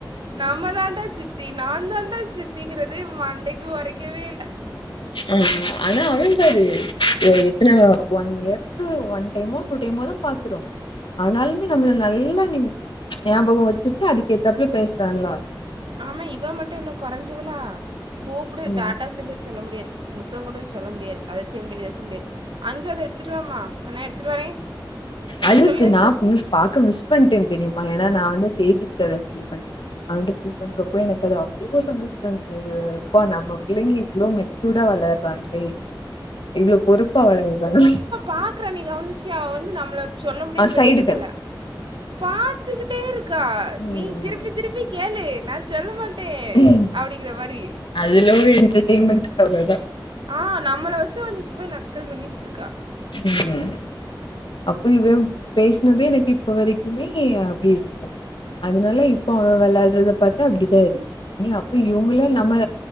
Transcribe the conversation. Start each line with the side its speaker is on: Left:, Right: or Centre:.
Right: நம்ம தான்டா சித்தி நாந்தாண்டா சித் திங்கிறது மண்டைக்கு ஒரைக்கவேல்ல
Left: ஆ ஆனா அனந்த் சாரு எத்தன ஒன் இயர்க்கு ஒன் டைமோ டூ டைமோ தா பாக்குறோ ஆனாலுமே நம்மள நல்லா ஞாபகோ வச்சுட்டு அதுக்கேத்தாப்புலே பேசுறால்லா
Right: ஆமா இவ மட்டு என்ன கொறைஞ்சவளா கூப்புடு
Left: ம்
Right: டாட்டா சொல்லு சொல்ல முடியாது முத்தோ குடு சொல்ல முடியாது அத செய் முடியாது இத செய் முடியாது அஞ்சு அத எடுத்துட்டு வாமா அ நா எடுத்துட்டு வரே என்ன
Left: அடுத்து
Right: சொல்லு
Left: நா மிஸ் பாக்க மிஸ் பண்ட்டே தெரிமா ஏனா நா வந்து தேஜுகிட்ட இத ஃபீல் பண்ணே அனுப்டி பண்றப்போ எனக்கு அது அவ்ளோ சந்தோஷமாந்த்ச்சி பா நம்ம பிள்ளைங்க இவ்ளோ மெச் சூடா வளர்றாங்ளே இவ்ளோ பொறுப்பா வளர்றாங்
Right: பாக்குற நீ கவனிச்சியா அவ வந்து நம்மள சொல்ல முடியன்
Left: ஆ சைடு
Right: வெட்டிட்டு
Left: கண்
Right: போல பாத்துக்கிட்டே இருக்கா
Left: ம்
Right: நீ திருப்பி திருப்பி கேளு நா சொல்ல மாட் ட்டே
Left: ம்
Right: அப்டிங்கிற மாரி
Left: அதுல ஒரு எண்டர்டைமெண்ட் அவ்ளதா
Right: ஆ நம்மள வச்சு அவ இப்பவே நக்கல் பண்ணிட்ருக்கா
Left: ம் அப்போ இவம் பேசினதே எனக்கு இப்ப வரைக்குமே அப்டி இருக்கூ அதுனால இப்போ அவன வெளாடுறத பாத்தா அப்டிதா இருக்கு இனி அப்போ இவுங்கள நம